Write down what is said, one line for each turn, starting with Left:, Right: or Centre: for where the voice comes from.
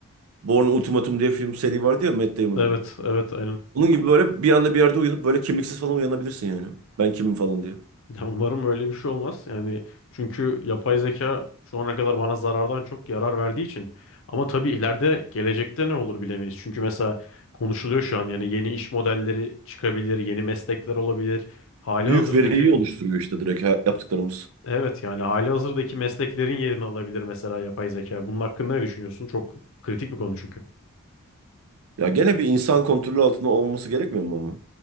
Right: Born Ultimatum diye film seri vardı ya Matt Damon'ın.
Left: evet, evet, aynen.
Right: Onun gibi böyle bir anda bir yerde uyanıp böyle kimliksiz falan uyanabilirsin yani. Ben kimim falan diye.
Left: Ya umarım öyle bir şey olmaz. Yani çünkü yapay zeka şu ana kadar bana zarardan çok yarar verdiği için. Ama tabii ileride gelecekte ne olur bilemeyiz. Çünkü mesela konuşuluyor şu an yani yeni iş modelleri çıkabilir, yeni meslekler olabilir. Hali
Right: Büyük
Left: hazırdaki
Right: veriyi oluşturuyor işte direkt ha- yaptıklarımız.
Left: E- evet yani hali hazırdaki mesleklerin yerini alabilir mesela yapay zeka. Bunun hakkında ne düşünüyorsun? Çok kritik bir konu çünkü.
Right: Ya gene bir insan kontrolü altında olması gerekmiyor mu ama?